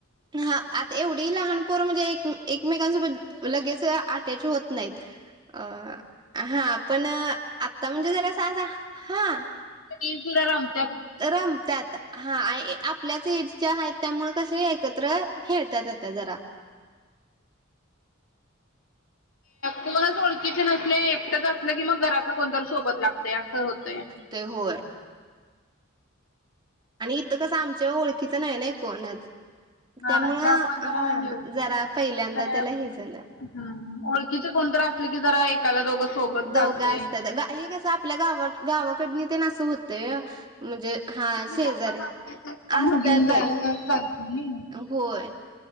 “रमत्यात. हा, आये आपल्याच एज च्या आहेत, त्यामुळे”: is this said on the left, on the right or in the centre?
Right